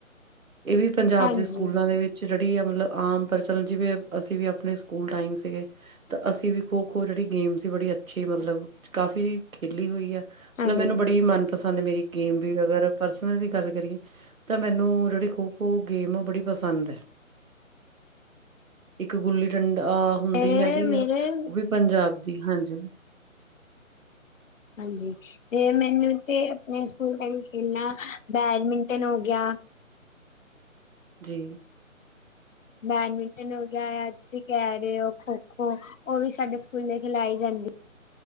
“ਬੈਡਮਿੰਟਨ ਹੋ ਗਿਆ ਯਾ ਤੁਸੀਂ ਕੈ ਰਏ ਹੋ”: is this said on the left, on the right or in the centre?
Left